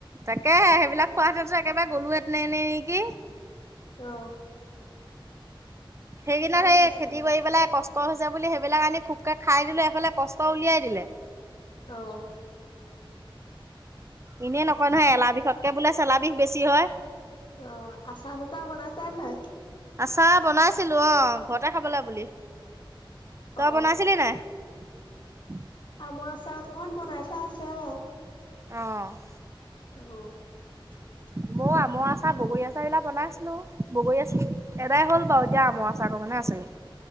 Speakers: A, on the right; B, on the left.
A: তাকেহে, সেইবিলাক খোৱাহতেটো একেবাৰে গ'লোহেতেনে নেকি।
B: অহ।
A: সেইগিলাক সেই
B: স্বাস্থ্যৰ
A: খেতি
B: কাৰণে
A: কৰি পেলাই, কষ্ট কষ্ট হৈছে বুলি সেইবিলাক আনি খুবকে খাই দিলো। এইফালে কষ্ট উলিয়াই দিলে।
B: অহ'।
A: এনেই নকয় নহয়, এলা বিষতকে বোলে চেলা বিষ বেছি হয়।
B: অহ', আচাৰ চাচাৰ বনাইছা নাই?
A: আচাৰ বনাইছিলো, অহ। ঘৰতে খাবলৈ বুলি।
B: অ
A: তই বনাইছিলি নাই? <unintelligible>
B: মই আচাৰ অকণমান বনাই থোৱা আছে বাৰু।
A: অহ'।
B: অহ'। <inaudible>
A: ময়ো আমৰ আচাৰ বগৰী আচাৰ বিলাক বনাইছিলো। বগৰী আচাৰ এটাই হ'ল বাৰু। আমৰ আচাৰ কাৰণেটো আছেগে।